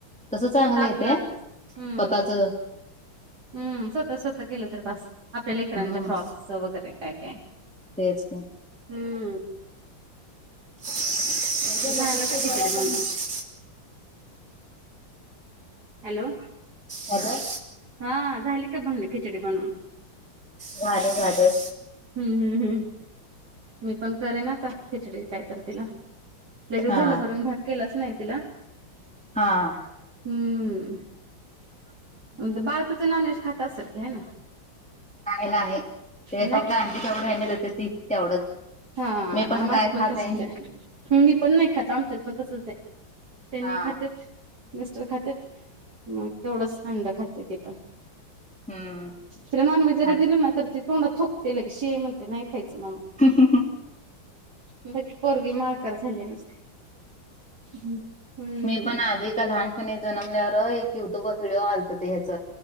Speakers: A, in the centre; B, on the right.
A: तस चांगलं
B: आपलं
A: आहे ते
B: आपलंच
A: स्वतःच
B: हम्म हम्म, स्वतः स्वतः केलं तरी बास आपल्या लेकरांच्या
A: हम्म
B: फ्रॉक्सच वगैरे. <unintelligible>
A: तेच की.
B: हम्म.
A: <unintelligible>
B: झालं
A: <inaudible>
B: का खिचडी बनवून हॅलो.
A: हॅलो.
B: हा झाली का म्हणले खिचडी बनवून?
A: झाली झाली.
B: हम्म हम्म हम्म मी पण करेन आता खिचडी काय तर तिला. लय दिवसं
A: हा
B: झालं वरन भात केलाच नाय तिला.
A: हा.
B: हम्म बाळ तुझं नॉन व्हेज खात असेल की हे ना.
A: नाही नाही ते
B: नाही
A: फक्त
B: काय
A: आंडी तेवढं ह्यांनी देते ती तेवढंच.
B: हा
A: मी
B: आ माझं
A: काय
B: पण
A: खात
B: तसच
A: नाही
B: हाय, मी पण खात आमच्यात पण तसच ये. त्यांनी
A: हा
B: खात्यात. मिस्टर खातेेत मग तेवढंच अंड खाते ती पण.
A: हम्म
B: तिला नॉनव्हेज जरा
A: आणि
B: दिलं ना तर ती तोंडात थुकते लगेच शी ये म्हणते नाही खायचं ममा.
A: हम्म हम्म हम्म.
B: मग पोरगी माळकर झाली नुसती. हम्म
A: मी पण आधी का लहान पण जन्मल्यावर एक युट्यूबर व्हिडिओ आलते ते ह्याच